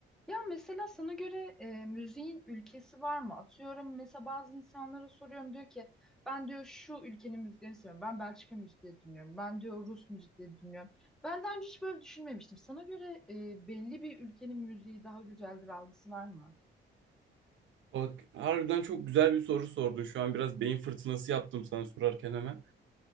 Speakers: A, in the centre; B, on the right.
A: Ya mesela sana göre e, müziğin ülkesi var mı? Atıyorum mesela bazı insanlara soruyorum diyor ki ben diyor şu ülkenin müziğini seviyorum. Ben Belçika müziği dinliyorum. Ben diyor Rus müzikleri dinliyorum. Ben daha önce hiç böyle düşünmemiştim. Sana göre e, belli bir ülkenin müziği daha güzeldir algısı var mı?
B: Bak harbiden çok güzel bir soru sordun. Şu an biraz beyin fırtınası yaptım sana sorarken hemen.